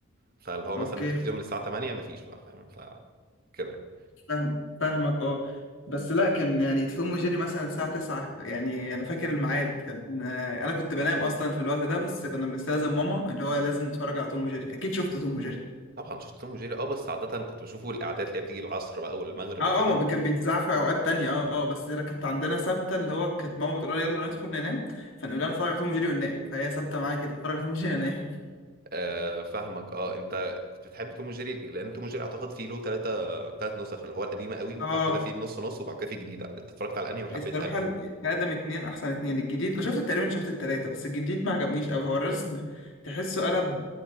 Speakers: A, on the right; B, on the left.
A: فاللي هو
B: اوكي
A: مثلا التلفزيون من الساعه 8 ما فيش بقى فاهم ف كده يعني.
B: فاهم فاهمك اه بس لا كان يعني توم وجيري مثلا الساعة 9 يعني انا فاكر الميعاد كان آه، انا كنت بنام اصلا في الوقت ده بس كنا بنستأذن ماما اللي هو لازم نتفرج على توم وجيري اكيد شفت توم وجيري
A: طبعا شفت توم وجيري اه بس عاده كنت بشوفه الاعداد اللي هي بتيجي العصر بقى والمغرب
B: اه
A: وكده
B: اه ما بي- كان بيتذاع في اوقات تانية اه اه بس انا كانت عندنا ثابته اللي هو كانت ماما بتقول لنا يلا ندخل ننام فنقول لها نتفرج على توم وجيري وننام فهي ثابته معايا كده اتفرج على توم وجيري انام
A: آه فاهمك اه انت كنت بتحب توم وجيري لان توم وجيري اعتقد فيه له ثلاثه ثلاث نسخ اللي هو القديمه
B: <laughs>
A: قوي وبعد
B: اه
A: كده فيه النص نص وبعد كده فيه الجديده انت اتفرجت على انهي وحبيت
B: الصراحة
A: انهي
B: آدم اتنين أحسن اتنين الجديد أنا شفت تقريبا شفت التلاتة بس الجديد ما عجبنيش أوي هو الرسم تحسه قلب